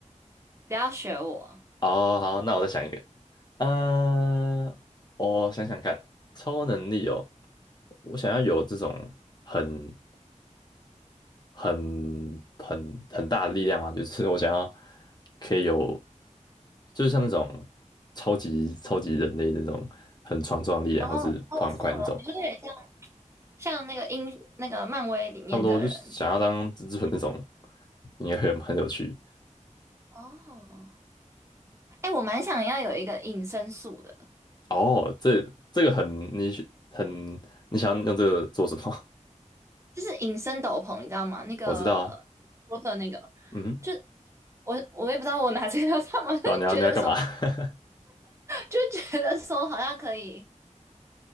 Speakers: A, on the right; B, on the left.
A: 不要学我。
B: 哦，好，那我再想一个。呃，我想想看，超能力哦，我想要有这种很、很、很、很大的力量啊，<laughs> 就是我想要可以有，就是像那种超级超级人类那种很强壮的力量，
A: 哦哦，
B: 或是跑很快那种，
A: 是吗？你说有点像像那个英那个漫威里面的人
B: 差不多就是想要当蜘蛛人那种，应该会很很有趣。
A: 哦。哎，我蛮想要有一个隐身术的，
B: 哦，这这个很你很你想要用这个做什么？
A: 就是隐身斗篷，你知道吗？
B: <laughs>
A: 那个波特那个，
B: 我知道啊，嗯。
A: 就我我也不知道我拿这个要干嘛，<laughs> 就是觉得说
B: 对啊，你要你要干嘛？<laughs>
A: 就觉得说好像可以，